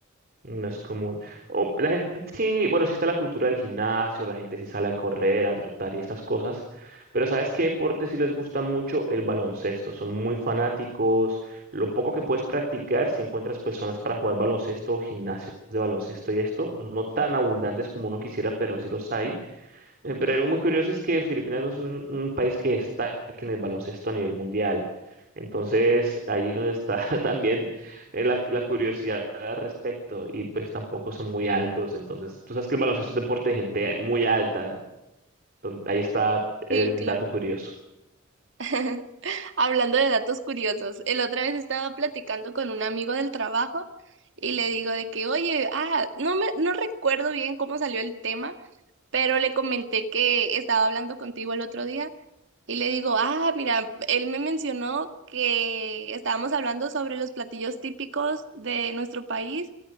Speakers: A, on the right; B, on the right.
A: No es común. O la gente sí, bueno, sí está la cultura del gimnasio, la gente sí sale a correr, a trotar y estas cosas, pero ¿sabes qué deporte sí les gusta mucho? El baloncesto, son muy fanáticos. Lo poco que puedes practicar, si encuentras personas para jugar baloncesto, gimnasios de baloncesto y esto, no tan abundantes como uno quisiera, pero sí los hay. Eh, Pero algo muy curioso es que Filipinas no es un, un país que destaque en el baloncesto a nivel mundial. Entonces, ahí es donde está <laughs> también eh, la, la curiosidad al respecto. Y pues tampoco son muy altos. Entonces, tú sabes que el baloncesto es deporte de gente muy alta. Entonces, ahí está
B: Sí,
A: el
B: claro.
A: dato curioso.
B: <laughs> Hablando de datos curiosos, el otra vez estaba platicando con un amigo del trabajo y le digo de que, oye, ah, no me, no recuerdo bien cómo salió el tema, pero le comenté que estaba hablando contigo el otro día y le digo, ah, mira, él me mencionó que estábamos hablando sobre los platillos típicos de nuestro país